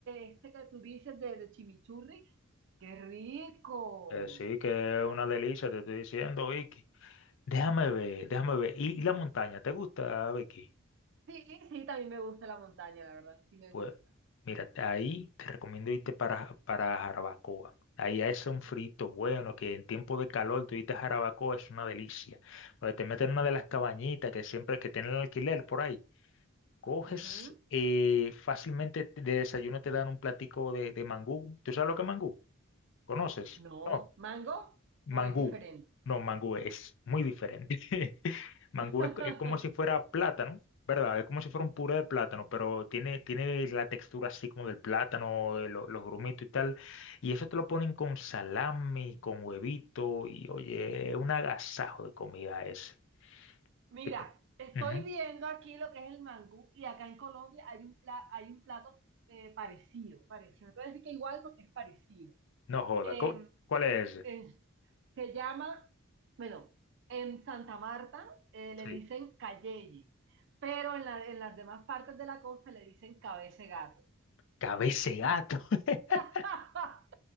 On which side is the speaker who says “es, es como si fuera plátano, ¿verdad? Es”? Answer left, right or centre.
Left